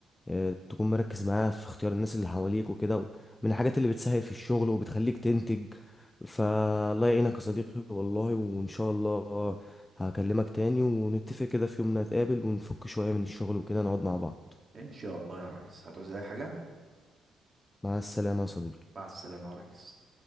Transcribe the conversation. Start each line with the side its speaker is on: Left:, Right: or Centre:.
Left: آه، تكون مركز معاها في اختيار الناس اللي حواليك وكده و- من الحاجات اللي بتسهل في الشغل وبتخليك تنتج فالله يعينك يا صديقي والله وان شاء الله هكلمك تاني ونتفق كده في يوم نتقابل ونفك شويه من الشغل وكده نقعد مع بعض
Right: ان شاء الله يا ريس هتعوز اي حاجه
Left: مع السلامه يا صديقي
Right: مع السلامه يا ريس